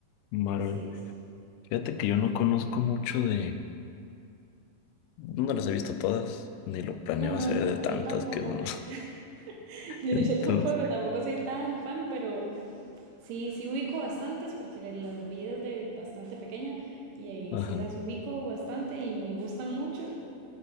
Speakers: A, on the left; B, on the right.
A: Marvel.
B: sí. sí.
A: Fíjate que yo no conozco mucho de... No las he visto todas, ni lo planeo
B: No, no,
A: hacer
B: yo,
A: de tantas
B: yo tampoco,
A: que son.
B: <laughs> yo,
A: <laughs> Entonces,
B: yo tampoco, tampoco soy tan fan, pero, Sí, sí ubico bastantes porque las vi desde bastante pequeña y ahí
A: ajá.
B: sí las ubico bastante y me gustan mucho,